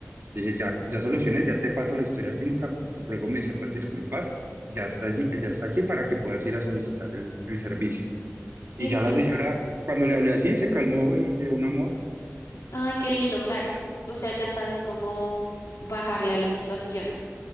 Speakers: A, on the right (about 50°); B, on the left (about 85°).
A: Dije, ya, ya solucioné, ya te paso la historia clínica, ruego me sepas disculpar, ya está allí, ya está aquí para que puedas ir a solicitar el, el servicio. Y
B: Y es
A: ya
B: que
A: la señora, cuando le hablé así, se calmó y de un amor,
B: Ay, qué lindo, claro. O sea, ya sabes cómo bajarle a la situación.